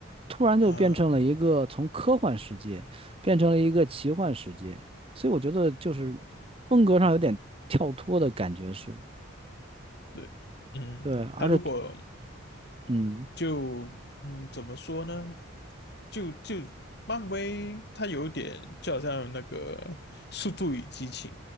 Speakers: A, on the right (about 25°); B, on the left (about 50°).
A: 突然就变成了一个从科幻世界变成了一个奇幻世界，
B: 啊，
A: 所以我觉得就是风格上有点跳脱的感觉是，
B: 对嗯，
A: 对，而且
B: 它如果
A: 嗯
B: 就嗯，怎么说呢？就就漫威，它有点就好像那个《速度与激情》